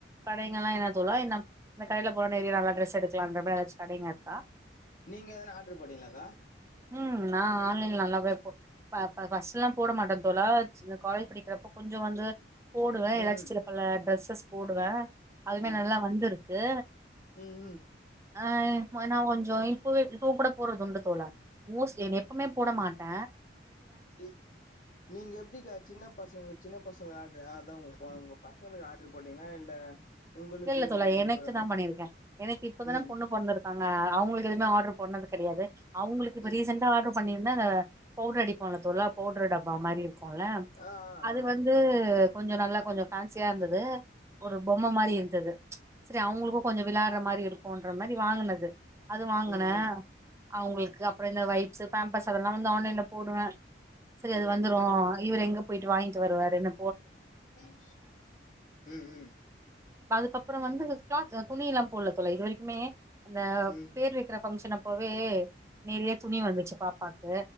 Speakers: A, on the right (about 15°); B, on the left (about 40°).
A: கடைங்கல்லாம் என்ன தோழா இன்னா இந்த கடைல போனா நெறயா நல்லா ட்ரெஸ் எடுக்கலான்ற மாரி எதாச்சி கடைங்க இருக்கா
B: நீங்க எதனா ஆடரு போட்டீங்களாக்கா
A: ம் நான் ஆன்லைன்ல நல்லாவே போ பாப்ப பர்ஸ்ட்ல்லாம் போட மாட்ட தோழா இந்த காலேஜ் படிக்கிறப்ப கொஞ்சம் வந்து போடுவேன்
B: ம்
A: எதாச்சிம் சிலப்பல ட்ரெஸ் ட்ரெஸ் போடுவ அதுமே
B: ஆ
A: நல்லா வந்துருக்கு
B: ம்
A: ஆ ம நான் கொஞ்சோ இப்போவே இப்பவும் கூட போறது உண்டு தோழா மோஸ் எ எப்பமே போட மாட்ட
B: இ நீங்க எப்படிகா சின்ன பசங்க சின்ன பசங்க ஆடர் அதா உங்களுக்கு ஒ ஒங்க பச ங்களுக்கு ஆடர் போட்டீங்களா இல்ல உங்களுக்கு
A: இல்லல்ல தோழா
B: இல்ல உங்க
A: எனக்கு தான்
B: ஹஸ்பண்ட்
A: பண்ணிருக்கேன் எனக்கு இப்பதான
B: ம்
A: பொண்ணு பொறந்துருக்காங்க அவுங்களுக்கு எதுவுமே ஆடரு பண்ணது கெடையாது அவுங்களுக்கு இப்ப
B: ம்
A: ரீசெண்டா ஆடர் பண்ணிருந்தா அந்த பவுடர் அடிப்போ இல்ல தோழா பவுடர் டப்பா மாரி இரு க்கும் இல்ல
B: ஆ ஆ
A: அது
B: ஆ
A: வந்து கொஞ்சோ நல்லா கொஞ்சோ ஃபேன்சியா இருந்தது ஒரு பொம்ம மாரி இரு ந்தது சேரி அவுங்களுக்கும் கொஞ்சோ விளாடற மாரி இருக்கும்ன்ற மாரி வாங்கனது அது வாங்கன
B: ம் ம்
A: அவுங்களுக்கு அப்பறம் இந்த வைப்ஸ்ஸு பேம்பர்ஸு அதெல் லா வந்து ஆன்லைன்ல போடுவே சரி
B: ஓகே
A: அது வந்துரு
B: ஓகே
A: இவரு எங்க போய்ட்டு வாங்கிட்டு வருவாருனு
B: ம் ம்
A: அப்புறம் வந்து இங்க கிளாத்து துணியிலாம் போடல தோழா இது வரைக்குமே அந்த
B: ம்
A: பேர் வக்கிற ஃபங்க்ஷன் அப்போவே நெறயா துணி வந்துச்சு பாப்பாக்கு